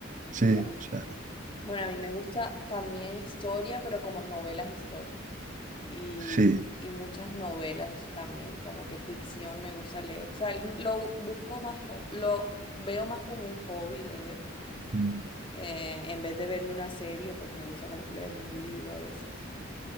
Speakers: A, on the right; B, on the left.
A: sí,
B: ya.
A: o sea,
B: Bueno, a mí me gusta también historia, pero como novelas históricas. Y,
A: sí.
B: y muchas novelas también, como que ficción me gusta leer. O sea, el- lo busco más como, lo veo más como un hobby leer.
A: Mm,
B: Eh, en vez de verme una serie, pues me gusta como leerme un libro a veces.